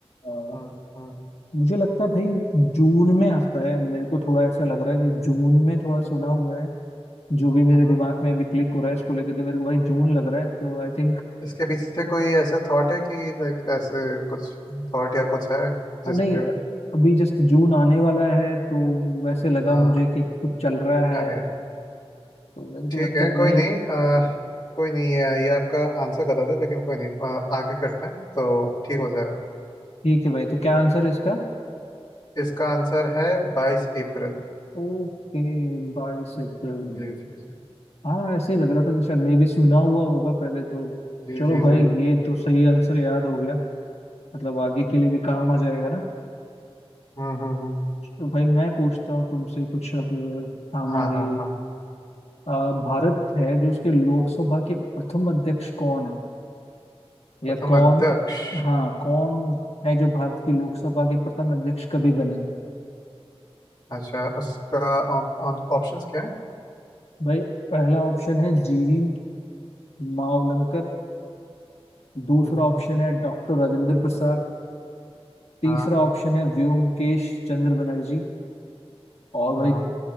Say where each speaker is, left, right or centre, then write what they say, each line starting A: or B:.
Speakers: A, on the left (about 80°); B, on the left (about 40°).
A: अ,
B: हम्म हम्म हम्म।
A: मुझे लगता है भाई जून में आता है मेरे को थोड़ा ऐसा लग रहा है कि जून में थोड़ा सुना हुआ है जो भी मेरे
B: हम्म।
A: दिमाग में अभी क्लिक हो रहा है इसको लेके तो मेरे को भाई जून लग रहा है तो आई थिंक
B: इसके पीछे कोई ऐसा थॉट है कि लाइक ऐसे कुछ थॉट या कुछ है जिसके
A: नहीं अभी जस्ट जून आने वाला है तो वैसे लगा
B: हाँ
A: मुझे कि कुछ चल रहा है
B: अरे अरे
A: तो मेरे को
B: ठीक
A: लगता
B: है
A: है भाई
B: कोई नहीं अ, कोई नहीं ये ये आपका आंसर गलत है लेकिन कोई नहीं अ, आगे करते हैं तो ठीक हो जाएगा
A: ठीक है भाई तो क्या आंसर है इसका
B: इसका आंसर है बाईस अप्रैल
A: ओके बाईस अप्रैल
B: जी जी जी
A: हाँ ऐसे ही लग रहा था कि शायद मैं भी सुना हुआ होगा पहले तो
B: जी
A: चलो
B: जी
A: भाई
B: जी
A: ये तो सही आंसर याद हो गया मतलब आगे के लिए भी काम आ जाएगा ना
B: हम्म हम्म हम्म
A: तो भाई मैं पूछता हूँ तुमसे कुछ अब अ, हमारी
B: हाँ हाँ हाँ
A: अ, भारत है जो उसके लोकसभा के प्रथम अध्यक्ष कौन है
B: प्रथम
A: या कौन
B: अध्यक्ष
A: हाँ कौन है जो भारत की लोकसभा के प्रथम अध्यक्ष कभी बने
B: अच्छा उसका ऑप्शंस क्या है?
A: भाई पहला ऑप्शन है जीवी मावलंकर दूसरा
B: हम्म
A: ऑप्शन है डॉक्टर राजेंद्र प्रसाद तीसरा
B: हाँ
A: ऑप्शन है व्योमकेश चंद्र बनर्जी और
B: हाँ
A: भाई